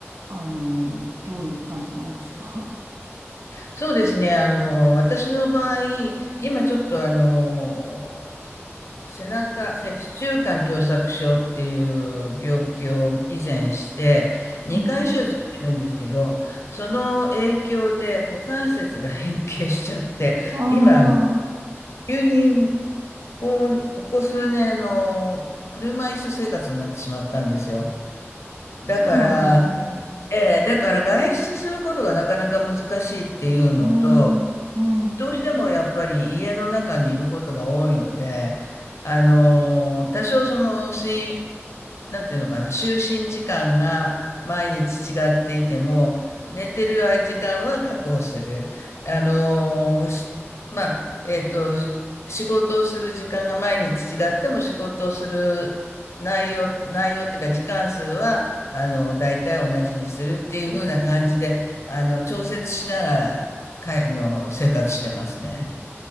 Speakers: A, on the right; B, on the left.
A: あの、どういう感じなんですか
B: そうですね。あの、私の場合、今ちょっとあの、背中、脊柱管狭窄症っていう病気を以前して、2回手術してるんですけど、
A: うん。
B: その影響で股関節が変形しちゃって、
A: ああ。
B: 今、急にこう、ここ数年の車椅子生活になってしまったんですよ。だから、
A: そうなんですね。
B: えーだから外出することがなかなか難しいっていうのと、
A: うーん、うん。
B: どうしてもやっぱり家の中にいることが多いので、あの、多少その睡、なんていうのかな、就寝時間が毎日違っていても、寝てる時間は確保する。あのーしまあ、えっと、し仕事をする時間が毎日違っても仕事をする内容、内容っていうか時間数は、あの、大体同じにするっていう風な感じで、あの、調節しながら、かい、あの、生活してますね。